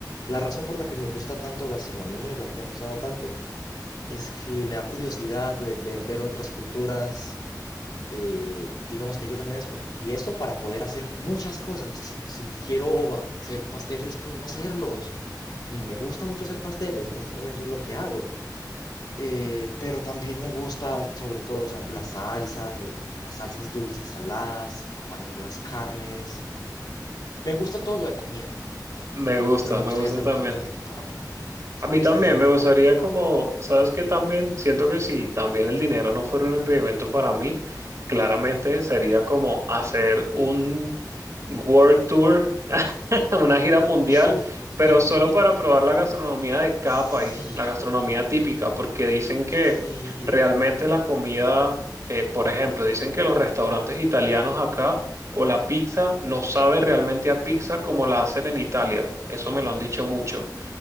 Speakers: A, on the left; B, on the right.
A: La razón por la que me gusta tanto gastronomía y la que me ha gustado tanto es que me da curiosidad de ver, ver otras culturas. Eh, digamos que yo también escogí esto para poder hacer muchas cosas. Si, si quiero hacer pasteles, puedo hacerlos. Y me gusta mucho hacer pasteles, en este momento es lo que hago. Eh, pero también me gusta, sobre todo, o sea, las salsas, las salsas dulces, saladas, acompañar las carnes. Me gusta todo lo de comida,
B: Me gusta,
A: pero me
B: me
A: gustaría
B: gusta
A: hacer
B: también.
A: un poco de todo. O sea,
B: A mí
A: me gustaría
B: también
A: hacer un
B: me
A: poco
B: gustaría
A: de todo.
B: como, ¿sabes qué? También siento que si también el dinero no fuera un impedimento para mí, claramente sería como hacer un World Tour, <laughs> una gira mundial,
A: <laughs>
B: pero solo para probar la gastronomía de cada
A: sí.
B: país, la gastronomía típica, porque dicen que
A: Sí,
B: realmente la comida, eh, por ejemplo, dicen que los restaurantes italianos acá o la pizza no sabe realmente a pizza como la hacen en Italia. Eso me lo han dicho mucho.